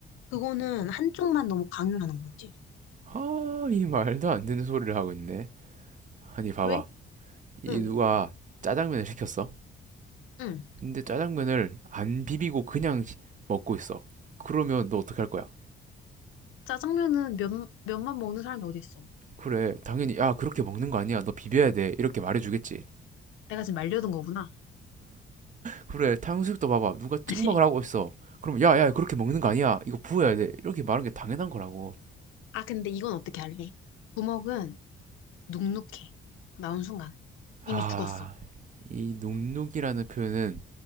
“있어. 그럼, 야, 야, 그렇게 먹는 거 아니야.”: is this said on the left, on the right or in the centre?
Right